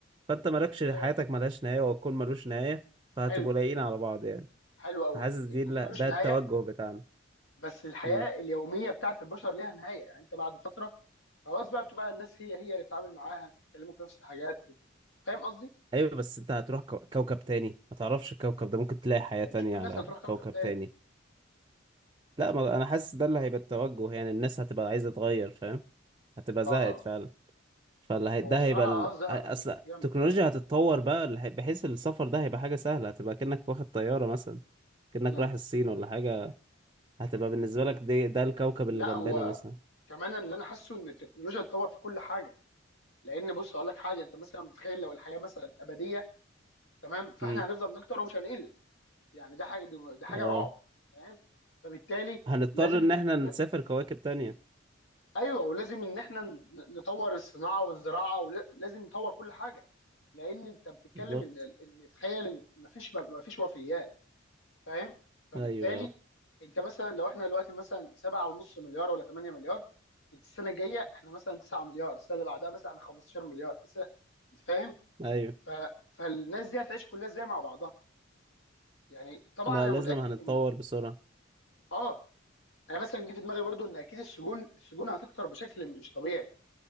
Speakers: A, on the right; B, on the left.
A: فانت مالكش حياتك
B: ايوه
A: ملهاش نهاية والكون ملوش نهاية فهتبقوا
B: حلو
A: لايقين على بعض يعني
B: حلو قوي
A: فحاسس دي
B: الكون
A: لا
B: ملوش
A: ده
B: نهايه
A: التوجه بتاعنا
B: بس الحياه
A: مم.
B: اليوميه بتاعت البشر ليها نهايه يعني انت بعد فتره خلاص بقى بتبقى الناس هي هي اللي بتتعامل معاها بتتكلموا في نفس الحاجات بت- فاهم قصدي
A: ايوه بس انت هتروح كو... كوكب تاني ما تعرفش الكوكب ده ممكن تلاقي حياة
B: يعني
A: تانية
B: مش كل الناس
A: على
B: هتروح كوكب
A: كوكب
B: تاني
A: تاني لا ما... انا حاسس ده اللي هيبقى التوجه يعني الناس هتبقى عايزة تغير فاهم هتبقى
B: اه
A: زهقت
B: اه
A: فعلا فاللي هي... ده
B: هو بصراحه
A: هيبقى ال...
B: اه زهق
A: اصل التكنولوجيا
B: جامد
A: هتتطور بقى اللي هي- بحيث السفر ده هيبقى حاجة سهلة هتبقى كأنك واخد طيارة مثلا كأنك
B: مم.
A: رايح الصين ولا حاجة هتبقى بالنسبة لك دي... ده الكوكب
B: لا
A: اللي جنبنا
B: هو
A: مثلا
B: كمان اللي انا حاسه ان التكنولوجيا اتطور في كل حاجه لان بص اقول لك حاجه انت مثلا متخيل لو الحياه مثلا ابديه تمام فاحنا
A: مم.
B: هنفضل نكتر ومش هنقل يعني ده حاجه دي, دي حاجه
A: اه
B: رعب فاهم فبالتالي
A: هنضطر
B: لازم
A: ان
B: التكنولوجيا
A: احنا نسافر كواكب تانية
B: ايوه ولازم ان احنا ن- نطور الصناعه والزراعه ولازم نطور كل حاجه لان انت بتتكلم
A: بالظبط
B: ان ان تخيل ان مفيش مفيش وفيات فاهم فبالتالي
A: ايوه
B: انت مثلا لو احنا دلوقتي مثلا 7.5 مليار ولا 8 مليار انت السنه الجايه احنا مثلا 9 مليار السنه اللي بعدها مثلا احنا 15 مليار السنة- انت فاهم
A: ايوه
B: ف... فالناس دي هتعيش كلها ازاي مع بعضها يعني طبعا
A: لا
B: انا
A: لازم
B: متاكد
A: هنتطور
B: ان
A: بسرعة
B: اه انا مثلا جه في دماغي برضو ان اكيد السجون السجون هتكتر بشكل مش طبيعي